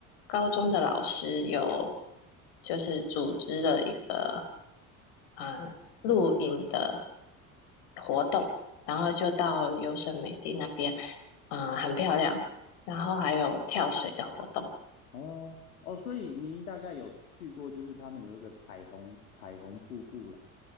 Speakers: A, on the left (about 65°); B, on the left (about 80°).
A: 高中的老师有就是组织了一个嗯、呃露营的活动，然后就到优胜美地那边，嗯、很漂亮。然后还有跳水的活动。
B: 哦哦，所以您大概有去过，就是他们有一个彩虹彩虹瀑布啦。